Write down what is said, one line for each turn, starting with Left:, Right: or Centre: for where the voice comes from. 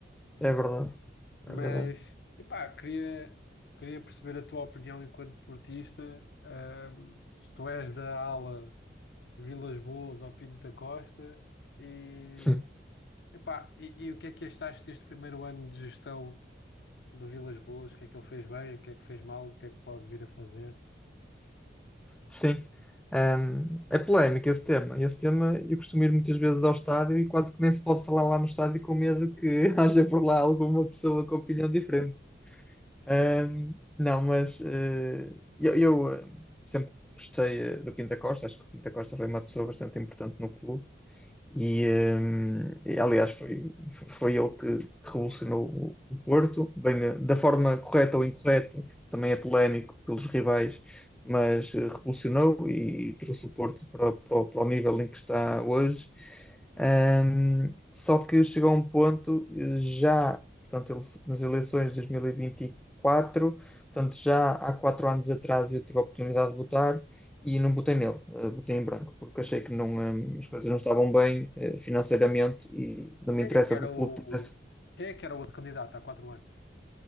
Centre: é verdade.
Left: Mas,
Centre: É verdade.
Left: epá, queria, queria perceber a tua opinião enquanto portista. Ahm, se tu és da ala Vilas Boas ou Pinto da Costa. E,
Centre: <laughs>
Left: epá, e, e o que é que achaste deste primeiro ano de gestão? do Vilas Boas, o que é que ele fez bem, o que é que fez mal, o que é que pode vir a fazer.
Centre: Sim. Ahm, é polémico esse tema. Esse tema eu costumo ir muitas vezes ao estádio e quase que nem se pode falar lá no estádio com medo que <laughs> haja por lá alguma pessoa com opinião diferente. Ahm, não, mas eh, eu, eu, eh, sempre gostei eh, do Pinta Costa. Acho que o Pinta Costa foi uma pessoa bastante importante no clube. E, hum, e, aliás, foi, foi ele que, que revolucionou o o Porto, bem, eh, da forma correta ou incorreta, que isso também é polémico pelos rivais, mas eh, revolucionou e trouxe o Porto para, para o para o nível em que está hoje. Hum, só que chegou a um ponto, eh, já, portanto, ele- nas eleições de 2024, portanto, já há quatro anos atrás eu tive a oportunidade de votar e não botei nele, eh, botei em branco, porque achei que não, eh, as coisas não estavam bem eh, financeiramente e não me
Left: Quem
Centre: interessa
Left: é que era
Centre: que o clube
Left: o,
Centre: tivesse.
Left: quem é que era o outro candidato há quatro anos?